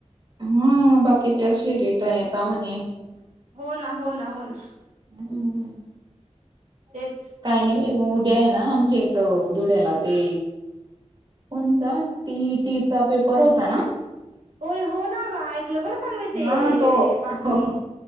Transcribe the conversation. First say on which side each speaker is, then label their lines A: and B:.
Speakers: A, on the right; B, on the right.
A: हा बाकीचे अशी रिटर्न <inaudible> येेतता म <inaudible> णे
B: हो ना, हो ना, हो ना,
A: हम्म..
B: तेच.
A: काही नाही उद्या आहे ना, आमच्या इथ धुळ्याला ते. कोणचा टीटीचा पेपर होता ना.
B: होय हो ना ग ऐकलं बरं का मी ते
A: हा तो
B: बातमी.
A: तो